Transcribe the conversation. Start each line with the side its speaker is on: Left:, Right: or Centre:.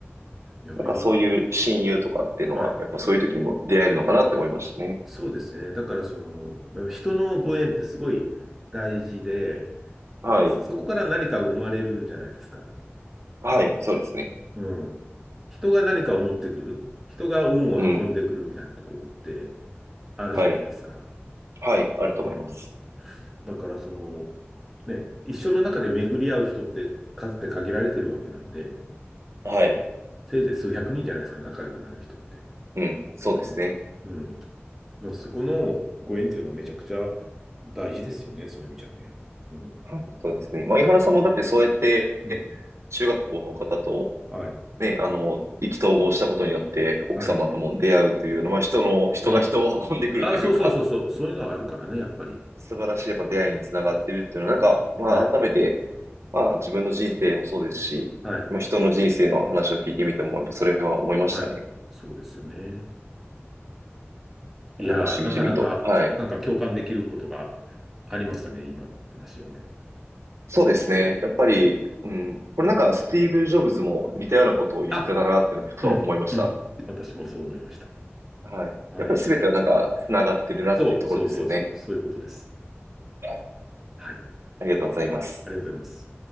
Centre: いや、
Right: なんかそういう親友とかっていうのは、
Centre: よ、はい。
Right: やっぱそういう時にも出会えるのかなって思いましたね。
Centre: そうですね。だからその、まあ人のご縁ってすごい大事で、
Right: はい、
Centre: そこから何かが生まれるんじゃないですか。
Right: はい、そうですね。
Centre: うん。人が何かを持ってくる、人が運を運んでくるみたいなところって
Right: うん。
Centre: あるじゃないですか。
Right: はい。はい。あると思います。
Centre: うん。だからその、ね、一生の中で巡り合う人って数って限られてるわけなんで、
Right: はい。
Centre: せいぜい数百人じゃないですか、仲良くなる人って。
Right: うん。そうですね。
Centre: うん。うん。だからそこのご縁っていうのはめちゃくちゃ大事ですよね、そういう意味じゃね。うん。
Right: はい。そうですね。まあ、井原さんもだってそうやって、
Centre: うん。
Right: 中学校の方と、
Centre: はい。
Right: ね、あの、意気投合したことによって、奥様とも出会うというような、
Centre: はい。
Right: まあ、人の、人が人を運んでくるというか、
Centre: あ、あ、そうそうそうそう。そういうのはあるからね、やっぱり。
Right: 素晴らしいやっぱ出会いにつながってるっていうのは、なんか、まあ、
Centre: はい。
Right: 改めて、まあ、自分の人生もそうですし、
Centre: はい。
Right: まあ、人の人生の話を聞いてみても、やっぱそれは思いましたね。
Centre: はい。そうですよね。いやー、
Right: いやなんか、しみじみと。
Centre: なかなか、
Right: はい。
Centre: なんか共感できることがありましたね、今の話はね。
Right: そうですね。やっぱり、
Centre: はい。
Right: うん。これなんかスティーブ・ジョブズも似たようなことを言ってたなっていうのをふと思いました。
Centre: あ、うん、うん。私もそう思いました。
Right: はい。
Centre: はい。
Right: やっぱり全てはなんか繋がってるなっていうところですよね。
Centre: そう、そうそうそう、そういうことです。
Right: はい。
Centre: はい。
Right: ありがとうございます。
Centre: ありがとうございます。